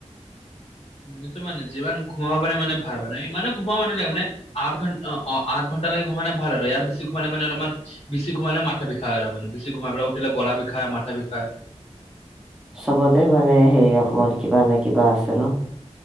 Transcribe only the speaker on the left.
যোনটো মানে যিমান খুৱা পানে মানে ভাল মানে ইমানো ঘোমাব ম, নোলাগে মানে আঠ ঘণ্টা অ, আঠ ঘণ্টা লকে ঘোমানাই ভাল আৰু ইয়, বেছি ঘোমানে মান অলপমান বেছি ঘোমালেও মথা বিষায় আৰু মানে বেছি ঘোমাই পেল উঠিলে, গ'লা বিষায়, মাথা বিষায়।